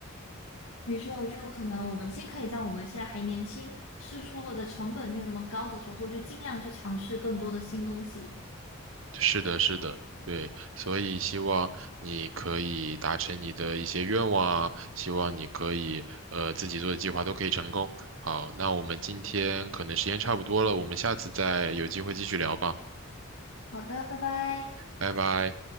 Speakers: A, on the left; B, on the right.
A: 没错，就可能我们既可以在我们现在还年轻，试错的成本没有那么高的时候，就尽量去尝试更多的新东西。
B: 是的，是的，对，所以希望你可以达成你的一些愿望啊，希望你可以呃自己做的计划都可以成功。好，那我们今天可能时间差不多了，我们下次再有机会继续聊吧，
A: 好的，拜拜。
B: 拜拜。